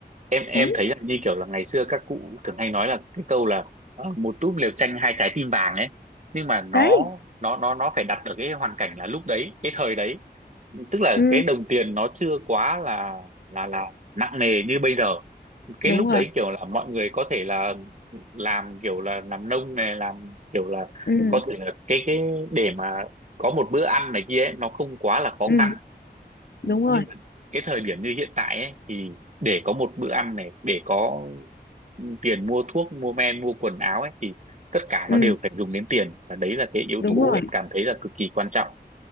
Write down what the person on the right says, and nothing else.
em em
thấy là như kiểu là ngày xưa các cụ thường hay nói là cái câu là ờ, một túp lều tranh hai trái tim vàng ấy nhưng mà nó
nó nó nó phải đặt ở cái hoàn cảnh là lúc đấy cái thời đấy tức là
cái đồng tiền nó chưa quá là là là nặng nề như bây giờ cái
lúc
đấy kiểu là mọi người có thể là làm kiểu là làm nông này làm kiểu là
có thể là cái cái để mà có một bữa ăn này kia ấy, nó không quá là khó
khăn
nhưng
mà cái thời điểm như hiện tại ấy, thì để có một bữa ăn này để có tiền mua thuốc mua men mua quần áo ấy thì tất cả
nó đều phải dùng đến tiền và đấy là cái yếu
tố
em cảm thấy là cực kỳ quan trọng